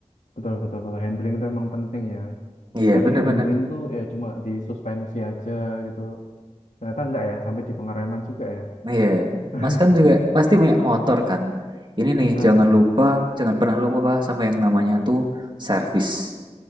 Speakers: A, on the left (about 80°); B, on the right (about 40°).
A: Betul, betul, betul. Handling itu emang penting ya.
B: Iya,
A: Saya
B: benar
A: pikir
B: bener
A: handling tuh ya cuma di suspensi aja gitu. Ternyata enggak ya, sampai di pengereman juga ya.
B: Nah, Iya,
A: <laughs>
B: Mas kan juga pasti punya motor kan. Ini nih,
A: Heeh,
B: jangan lupa, jangan pernah lupa sama yang namanya tuh servis.